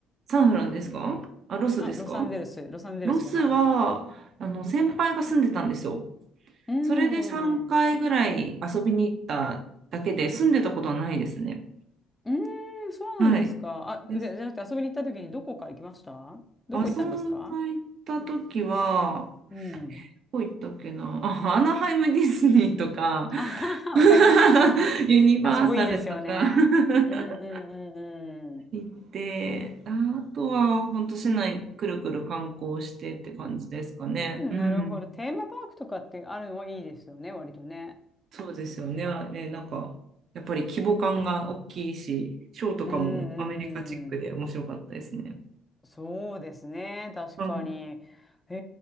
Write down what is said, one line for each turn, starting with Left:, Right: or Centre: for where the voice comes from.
Right: サンフランですかあ、ロスですか
Left: あ、ロサンゼルス、ロサンゼルスで、
Right: ロスは、
Left: はいはい。
Right: あの、先輩が住んでたんですよ。
Left: うんうんうん。
Right: それで3回ぐらい遊びに行っただけで、住んでたことはないですね。
Left: うーん、そうなんですか。
Right: はい。
Left: あ、
Right: です。
Left: で、じゃなくて遊びに行った時にどこか行きましたどこ行ったんですか
Right: 遊んだ行った時は、
Left: うん。
Right: どこ行ったっけなあ、アナハイムディズニーとか、
Left: <laughs> あははわかります。
Right: <laughs>
Left: はいはい。
Right: ユニバーサルとか
Left: あそこいいですよね。
Right: <laughs>
Left: うんうんうんうん。
Right: 行って、あとは本当市内くるくる観光してって感じですかね。
Left: うーん、
Right: うん。
Left: なるほど。テーマパークとかってあるのはいいですよね、割とね。
Right: そうですよね。あね、なんか、やっぱり規模感が大きいし、ショーとかもアメリカチックで面白かったですね。
Left: うんうん。そうですね、確かに。
Right: はい。
Left: へ